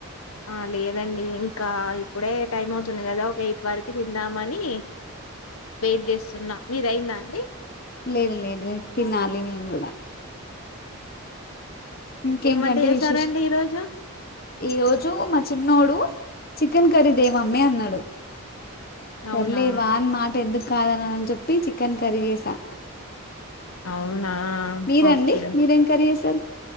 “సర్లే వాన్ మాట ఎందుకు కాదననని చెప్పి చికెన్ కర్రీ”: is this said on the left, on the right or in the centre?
Left